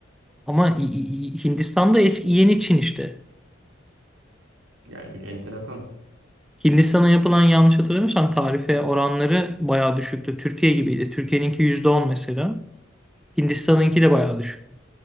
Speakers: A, in the centre; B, on the right.
A: Ama İ- İ- İ- Hindistan'da eski yeni Çin işte.
B: yani bir enteresan.
A: Hindistan'a yapılan yanlış hatırlamıyorsam tarife oranları bayağı düşüktü. Türkiye gibiydi. Türkiye'ninki %10 mesela. Hindistan'ınki de bayağı düşük.